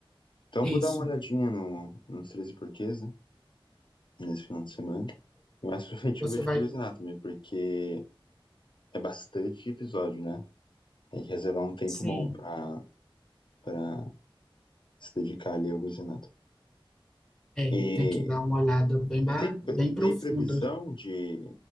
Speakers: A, on the left; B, in the centre.
A: Então
B: Isso,
A: vou dar uma olhadinha no, nos 13 porquês, né? Nesse final de semana. E mais pra frente
B: você
A: eu vejo
B: vai,
A: Grey's Anatomy, porque é bastante episódio, né? Tem que reservar um tempo
B: sim,
A: bom pra, pra se dedicar ali ao Grey's Anatomy.
B: é,
A: E,
B: tem que dar uma olhada bem, ba-
A: e tem,
B: bem
A: pre-
B: profunda
A: tem previsão de,